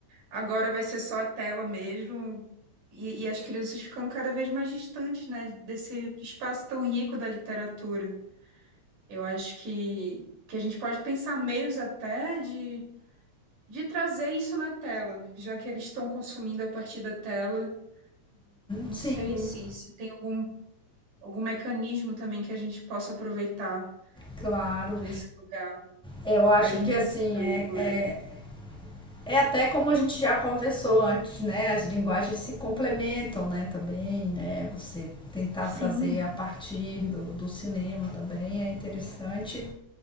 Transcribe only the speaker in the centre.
Sim,
claro.
Eu acho
que assim,
é, é, é até como a gente já conversou antes, né? As linguagens se complementam, né, também, né? Você tentar
trazer a partir do, do cinema também é interessante